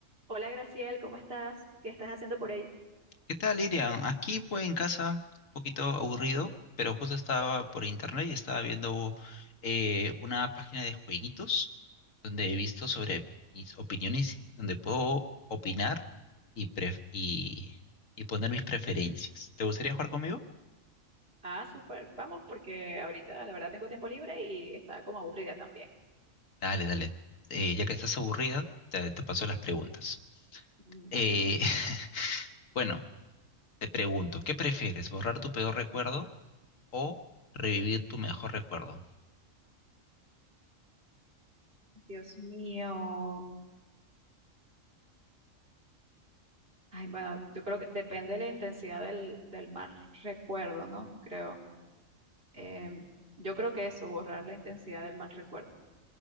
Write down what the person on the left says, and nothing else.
¿Qué tal, Irian? Aquí pues en casa, un poquito aburrido, pero justo estaba por internet y estaba viendo eh, una página de jueguitos donde he visto sobre mis opiniones, donde puedo opinar y, pref- y, y poner mis preferencias. ¿Te gustaría jugar conmigo?
Dale, dale. Eh, ya que estás aburrida, te, te paso las preguntas.
Eh,
<laughs> bueno, te pregunto, ¿qué prefieres? ¿Borrar tu peor recuerdo o revivir tu mejor recuerdo?